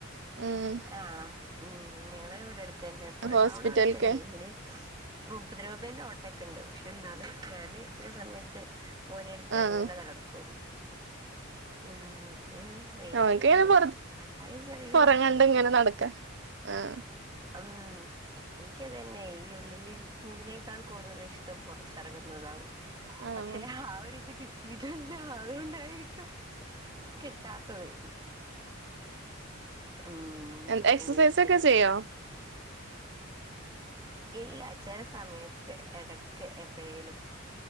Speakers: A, on the right (about 55°); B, on the right (about 20°).
A: ഉം
B: ആഹ് ഉം ഞങ്ങള് ഇവിടട് ത്തന്നെ ഇപ്പൊ
A: ഹോസ്പിറ്റൽക്ക്
B: ടൗണടുത്ത് തന്നെ ഇതിന് മുപ്പത് രൂപേന്റെ ഓട്ടൊക്കെ എണ്ട് പക്ഷെ എന്നാലും ഞാന് ചില സമയത്ത് മോനെ എടുത്ത്
A: ആഹ്
B: അങ്ങനെ നടക്കും. ഉം ഏ, വെയിലാണെങ്കിലും
A: നമക്ക് ഇങ്ങനെ പുറത്ത്
B: അത് ചെറിയൊരു
A: പുറം
B: കുഴപ്പൊന്നുമില്ല
A: കണ്ട് ഇങ്ങനെ നടക്കാ ആഹ്
B: ഉം ഇൻക്കത് തന്നെ ഈ ഉള്ളിലിരിക്കുന്നതിനേക്കാൾ കൂടുതലിഷ്ടം പുറത്തിറങ്ങുന്നതാണ്.
A: ആഹ്
B: പക്ഷെ ആഒരിത് കി ഇട് ല്ല അതുകൊണ്ടായിരി കിട്ടാത്തത് ഉം
A: എന്ത് എക്സസൈസ്
B: ഇങ്ങനെയൊക്കെയുള്ളത്
A: ഒക്കെ ചെയ്യോ?
B: ഇല്ല ചെലസമയത്ത് എടക്ക് എപ്പഴേലും.